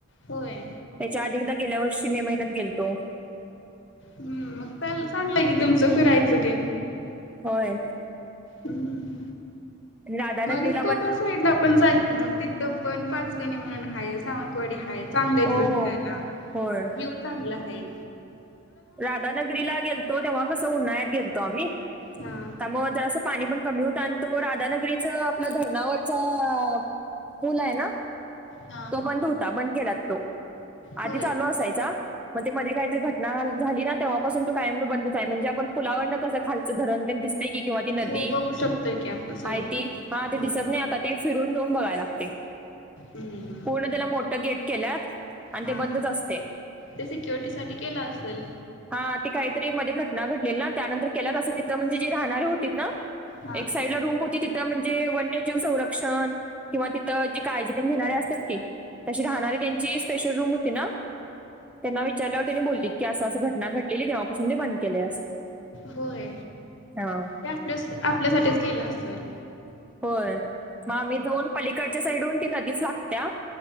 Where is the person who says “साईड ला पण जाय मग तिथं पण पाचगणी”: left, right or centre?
Left